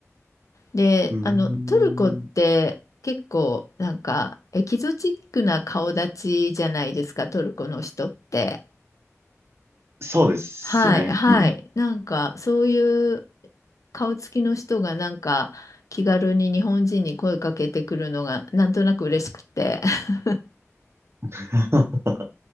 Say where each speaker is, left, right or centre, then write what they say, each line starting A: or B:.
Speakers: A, on the left; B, on the right.
A: で、
B: うー
A: あの、トルコって結構なんかエキゾチックな顔立ちじゃないですか、
B: ん。
A: トルコの人って。
B: そうですね。
A: はい、はい。
B: うん。
A: なんか、そういう顔つきの人が、なんか、気軽に日本人に声かけてくるのが、なんとなく嬉しくて。<laughs>
B: <laughs>